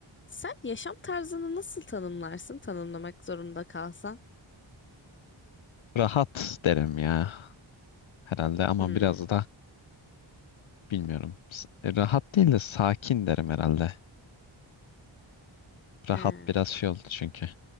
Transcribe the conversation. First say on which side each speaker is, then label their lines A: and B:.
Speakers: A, on the left (about 25°); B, on the left (about 70°).
A: Sen yaşam tarzını nasıl tanımlarsın tanımlamak zorunda kalsan?
B: Rahat derim ya herhalde ama
A: Hmm.
B: biraz da bilmiyorum. S- e, Rahat değil de sakin derim herhalde. Rahat
A: He.
B: biraz şey oldu çünkü.